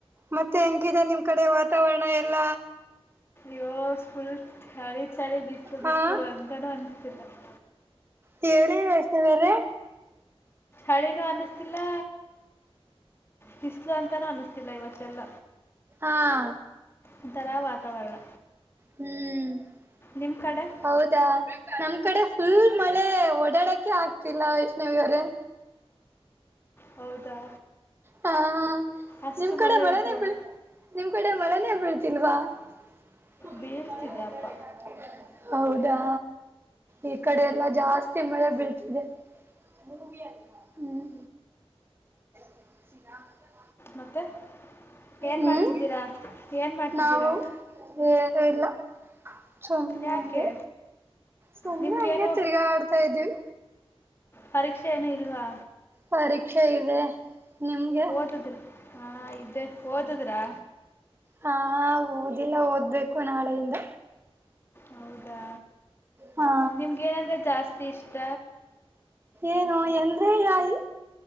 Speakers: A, on the right; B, on the left.
A: ಮತ್ತೆ ಹೆಂಗಿದೆ ನಿಮ್ ಕಡೆ ವಾತಾವರಣ ಎಲ್ಲ
B: <unintelligible> ಚಳಿ ಚಳಿ ಬಿಸ್ಲು ಬಿಸ್ಲು
A: ಹಾ
B: ಅಂತಾನೂ ಅನ್ಸ್ತಿಲ್ಲ <inaudible>
A: ಹೇಳಿ ವೈಷ್ಣವ್ರೆ
B: ಅಳೇನು ಅನ್ಸ್ತಿಲ್ಲಾ ಬಿಸ್ಲು ಅಂತನು ಅನ್ಸ್ತಿಲ್ಲ ಇವತ್ತೆಲ್ಲ
A: ಹಾ <inaudible>
B: ಒಂಥರ ವಾತಾವರಣ
A: ಹ್ಮ್ ಹ್ಮ
B: ನಿಮ್ಮ ಕಡೆ
A: ಹೌದಾ ನಮ್ ಕಡೆ ಫುಲ್ ಮಳೆ ಓಡಾಡಕ್ಕೆೆ ಆಗ್ತಿಲ್ಲ ವೈಷ್ಣವಿ ಅವ್ರೇ
B: ಹೌದಾ
A: ಹಾ
B: ಅಷ್ಟು
A: ನಿಮ್ ಕಡೆ
B: ಮಳೆ
A: ಮಳೆನೇ
B: ಇದೆಯಾ
A: ಬೀಳ್ ನಿಮ್ ಕಡೆ ಮಳೆನೇ ಬೀಳ್ತ ತಿಲ್ವಾ <unintelligible>
B: ಬೀಳ್ತಿದೆ ಅಪ್ಪ
A: ಹೌದಾ ಈ ಕಡೆ ಎಲ್ಲಾ ಜಾಸ್ತಿ ಮಳೆ ಬಿಳ್ತಿದೆ <unintelligible> ಹ್ಮ್ <unintelligible>
B: ಮತ್ತೆ ಏನ್
A: ಹ್ಮ್
B: ಮಾಡ್ತಿದ್ದೀರಾ, ಏನ್ ಮಾಡ್ತಿದ್ದೀರಾ?
A: ನಾವು ಏನು ಇಲ್ಲ ಸುಮ್ನೆ
B: ಯಾಕೆ
A: ಹಂಗೆ ಸುಮ್ಮ್ನೆ
B: ನಿಮ್ಗೇನು
A: ಹಂಗೆ ತಿರ್ಗಾಡ್ತಾ ಇದೀವಿ
B: ಪರೀಕ್ಷೆ ಏನು ಇಲ್ವಾ
A: ಪರೀಕ್ಷೆ ಇದೆ ನಿಮ್ಗೆ
B: ಓದಿದ್ ಹಾ ಇದ್ದೇ ಓದುದ್ರಾ?
A: ಹಾಂ ಓದಿಲ್ಲ ಓದ್ಬೇಕು ನಾಳೆಯಿಂದ
B: ಹೌದಾ
A: ಹಾ
B: ನಿಮ್ಗ್ ಏನಂದ್ರೆ ಜಾಸ್ತಿ ಇಸ್ ಷ್ಟ
A: ಏನು ಅಂದ್ರೆ ಯಾ ಇ